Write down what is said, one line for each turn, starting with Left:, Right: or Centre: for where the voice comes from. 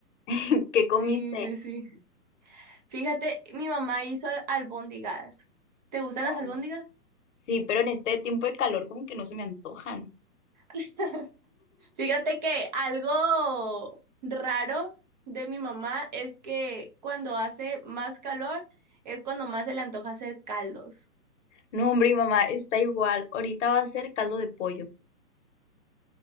Left: <laughs> ¿Qué comiste?
Right: Sí, sí, sí. Fíjate, mi mamá hizo al- albóndigas. ¿Te gustan las albóndigas?
Left: Ay, Sí, pero en este tiempo de calor como que no se me antojan.
Right: <laughs> Fíjate que algo raro de mi mamá es que cuando hace más calor es cuando más se le antoja hacer caldos.
Left: No, hombre, mi mamá está igual. Ahorita va a ser caldo de pollo.